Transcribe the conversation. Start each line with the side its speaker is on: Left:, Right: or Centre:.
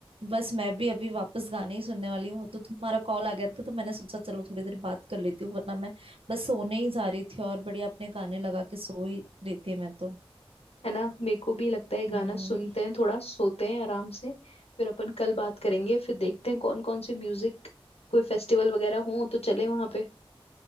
Right: बस मैं भी अभी वापस गाने ही सुनने वाली हूँ वो तो तुम्हारा कॉल आ गया था तो मैंने सोचा चलो थोड़ी देर बात कर लेती हूँ वरना मैं बस सोने ही जा रही थी और बढ़िया अपने गाने लगा के सो ही रही थी मैं तो
Left: है ना मेरे को भी लगता है गाना
Right: हम्म
Left: सुनते हैं थोड़ा सोते हैं आराम से फिर अपन कल बात करेंगे फिर देखते हैं कौन कौन से म्यूजिक कोई फेस्टिवल वगैरह हो तो चले वहां पे